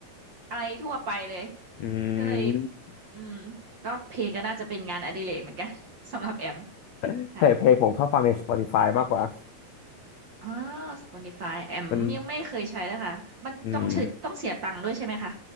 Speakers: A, on the right; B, on the left.
A: อะไรทั่วไปเลย
B: อื
A: ก็เลย
B: ม
A: อืมก็เพลงก็น่าจะเป็นงานอดิเรกเหมือนกัน <laughs> สำหรับแอม
B: <laughs>
A: ค่ะ
B: ใช่เพลงผมชอบฟังใน Spotify มากกว่า
A: อ๋อ Spotify แอมยังไม่เคยใช้เลยค่ะมันต้องใช้ต้องเสียตังค์ด้วยใช่ไหมคะ
B: มันอืม